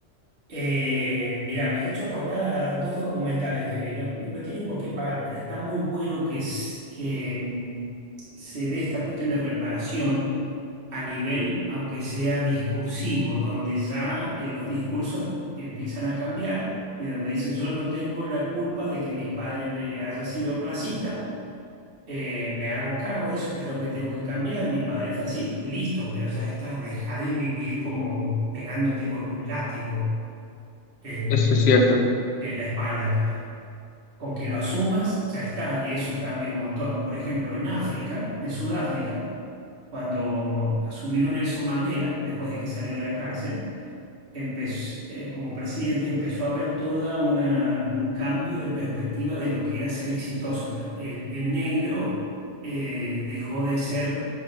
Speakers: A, on the right; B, on the left.
A: Eh, mira, me has hecho acordar a dos documentales que vi. No, no tiene por qué pagar, pero está muy bueno que, s- que mm, se dé esta cuestión de reparación a nivel, aunque sea discursivo, donde ya eh, los discursos empiezan a cambiar y donde dice yo no tengo la culpa de que mis padres eh, haya sido racista eh, me hago cargo de eso, que es algo que tengo que cambiar, mi padre fue así, listo, pero ya está, deja de vivir como pegándote con un látigo en,
B: Eso es cierto.
A: en la espalda. Con que lo asumas, ya está, y eso cambia un montón. Por ejemplo, en África, en Sudáfrica, cuando asumió Nelson Mandela, después de que salió de la cárcel, empezó, eh, como presidente empezó a ver toda una, un cambio de perspectiva de lo que era ser exitoso. El, el negro eh, dejó de ser